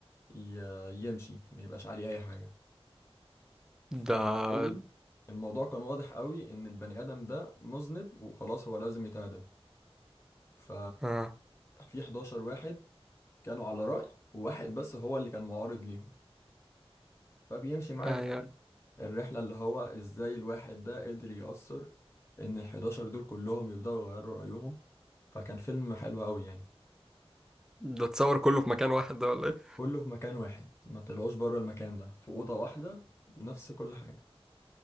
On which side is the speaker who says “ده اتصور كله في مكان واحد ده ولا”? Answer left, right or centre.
Centre